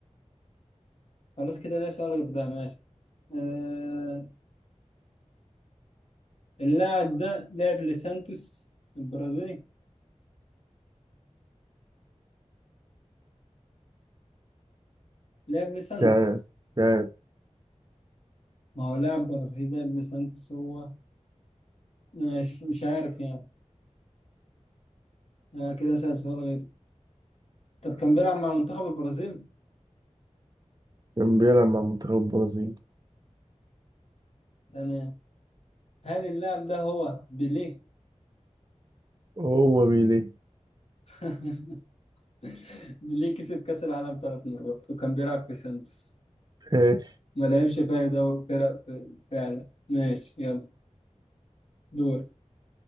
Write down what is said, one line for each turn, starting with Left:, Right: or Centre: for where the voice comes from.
Left: خلاص كده ليه شغل ده ماشي آه... اللاعب ده لعب لسانتوس البرازيلي لعب لسانتوس
Right: شايف شايف
Left: ما هو لاعب برازيلي لعب لسانتوس هو ماشي مش عارف يعني آه كده سأل سؤال غير طب كان بيلعب مع منتخب البرازيل
Right: كان بيلعب مع منتخب البرازيل
Left: يعني هل اللاعب ده هو بيليه؟
Right: هو بيليه
Left: <laughs> <laughs> ليه كسب كأس العالم ثلاث مرات وكان بيلعب في سانتوس
Right: ماشي
Left: ما لعبش بقى دوري فرق فعلا ماشي يلا دوري